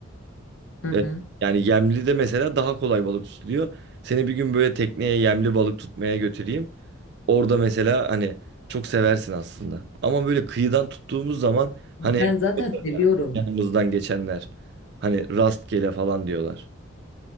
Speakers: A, on the left; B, on the right.
A: Hı hı.
B: E, yani yemli de mesela daha kolay balık tutuluyor. Seni bir gün böyle tekneye yemli balık tutmaya götüreyim. Orada mesela hani çok seversin aslında. Ama böyle kıyıdan tuttuğumuz zaman hani
A: Ben
B: hep
A: zaten seviyorum.
B: yanımızdan geçenler hani rastgele falan diyorlar.